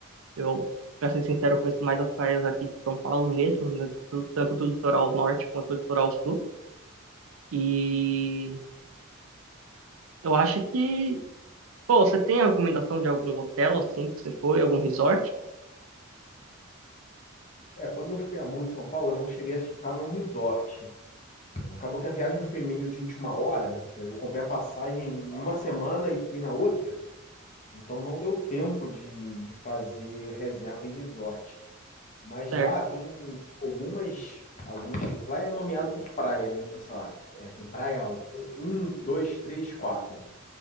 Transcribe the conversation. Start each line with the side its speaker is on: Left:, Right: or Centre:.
Right: eu, pra ser sincero, conheço mais as praias aqui de São Paulo mesmo, né, do- tanto do litoral norte quanto do litoral sul, e eu acho que, pô, você tem a recomendação de algum hotel, assim, que você foi, algum resort?
Left: É, quando eu fui a Morro de São Paulo, eu não cheguei a ficar num resort, Acabou que a viagem foi meio de última hora. Eu comprei a passagem em uma semana e fui na outra. Então não deu tempo de, de fazer reserva em resort. Mas
Right: Certo.
Left: lá tem algumas. algumas lá é nomeado por praia, né? Então, sei lá, é, tem praia um, 2, 3, 4.